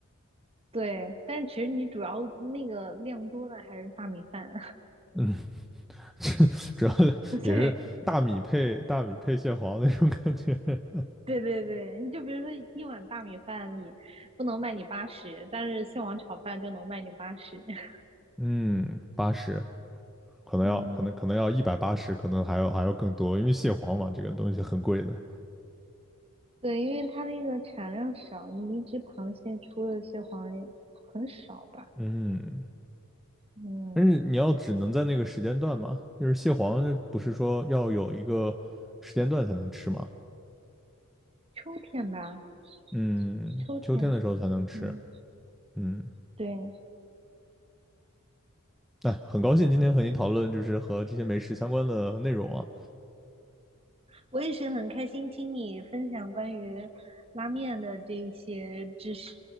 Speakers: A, on the right (about 25°); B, in the centre.
A: 对，但是其实你主要那个量多的还是大米饭。
B: 嗯，<laughs> 主要也是大米配大米配蟹黄那种感觉。
A: <laughs> 对，
B: <laughs>
A: 对对对，你就比如说一碗大米饭，你不能卖你八十，但是蟹黄炒饭就能卖你八十。<laughs>
B: 嗯，八十可能要可能可能要一百八十，
A: 嗯，
B: 可能还要还要更多，因为蟹黄嘛，这个东西很贵的。
A: 对，因为它那个产量少，你一只螃蟹出的蟹黄很少吧？
B: 嗯，
A: 嗯，
B: 但是你要只能在那个时间段嘛，就是蟹黄这不是说要有一个时间段才能吃嘛？
A: 秋天吧，
B: 嗯，
A: 秋天。
B: 秋天的时候才能吃。
A: 嗯，
B: 嗯，
A: 对，
B: 哎，很高兴今天和您讨论就是和这些美食相关的内容啊。
A: 我也是很开心听你分享关于拉面的这一些知识。